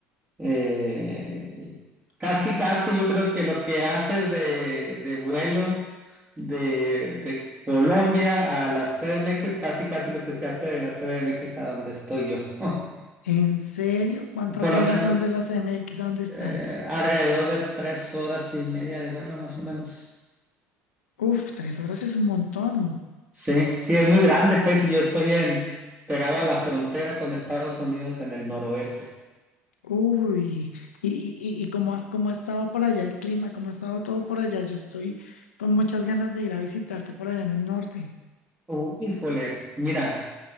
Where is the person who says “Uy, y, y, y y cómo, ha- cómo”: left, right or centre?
Left